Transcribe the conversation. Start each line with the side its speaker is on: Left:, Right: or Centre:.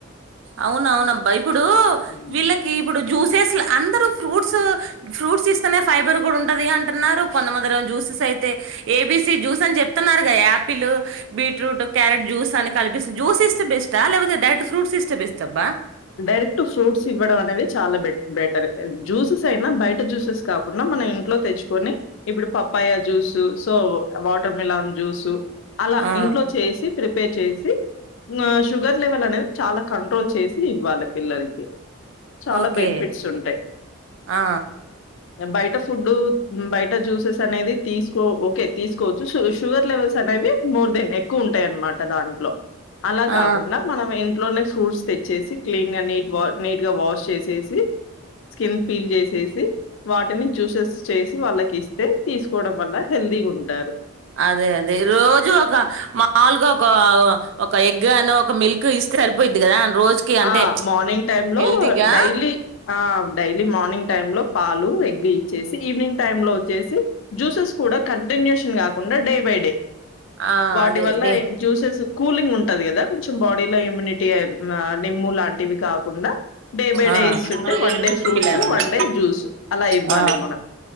Right: అవున అవునబ్బా ఇప్పుడు
Left: హ్మ్.
Right: వీళ్ళకి ఇప్పుడు జ్యూసెస్లా అందరూ ఫ్రూట్స్ ఫ్రూట్స్ ఇస్తనే ఫైబర్ కూడా ఉంటది అంటున్నారు కొంతమందిర జ్యూసెస్ అయితే ఏబీసి జ్యూస్ అని చెప్తున్నారు గా యాపిల్, బీట్రూట్, క్యారెట్, జ్యూస్ అని కల్పిస్తు జ్యూస్ ఇస్తే బెస్టా లేకపోతే డైరెట్ ఫ్రూట్స్ ఇష్టే బెస్ట్ అబ్బా
Left: డైరెక్ట్ ఫ్రూట్స్ ఇవ్వడం అనేది చాలా బెట్ బెటర్ జ్యూసెస్ అయినా బయట జ్యూసెస్ కాకుండా మన ఇంట్లో తెచ్చుకొని ఇప్పుడు papaya juice so watermelon juice అలా
Right: ఆ
Left: ఇంట్లో చేసి ప్రిపేర్ చేసి ఉమ్ షుగర్ లెవెల్ అనేది చాలా కంట్రోల్ చేస్ ఇవ్వాలి పిల్లలకి చాలా
Right: ఓకే
Left: బెనిఫిట్స్ ఉంటాయ్
Right: ఆ
Left: బయట ఫుడ్ బయట జూసెస్ అనేది తీసుకో ఓకే తీసుకోవచ్చు షు షుగర్ లెవెల్స్ అనే అనేవి మోర్ దెన్ ఎక్కువ ఉంటాయి అనమాట దాంట్లో అలా
Right: ఆ
Left: కాకుండా మనం ఇంట్లోనే ఫ్రూట్స్ తెచ్ చ్చేసి క్లీన్ గా న నీట్ గా వాష్ చేసేసి చ్ స్కిన్ పీల్ చేసేసి వాటిని జూసెస్ చేసి వాళ్ళకి ఇస్తే తీసుకోవడం వల్ల హెల్దీగా ఉంటారు
Right: అదే అదే రోజు ఒక మాముూల్గా ఒక ఒక ఎగ్ గాని ఒక మిల్క్ ఇస్ సరిపోయిద్ది కదా రోజుకి అంటే
Left: ఆ మార్నింగ్ టైమ్ లో
Right: హెల్తీగా
Left: డైలీ ఆ డైలీ మార్నింగ్ టైమ్ లో పాలు ఎగ్ ఇచ్చేసి ఈవినింగ్ టైం లో వచ్చేసి జూసెస్ కూడా కంటిన్యూషన్ కాకుం డే బై డే
Right: ఆ
Left: వాటి
Right: అదే
Left: వల్ల
Right: దే
Left: జూసెస్ కూలింగ్ ఉంటది కదా కొంచెం బాడీలో ఇమ్యూనిటీ ఆ నిమ్ము లాంటివి కాకుండా డే బై
Right: ఆ
Left: డే ఇస్తుంటే
Right: లేరు
Left: వన్ డే
Right: ఊరికెళ్ళారన్న
Left: ఫ్రూట్సు వన్ డే జూస్ అలా ఇవ్వాలి
Right: ఆ
Left: మనం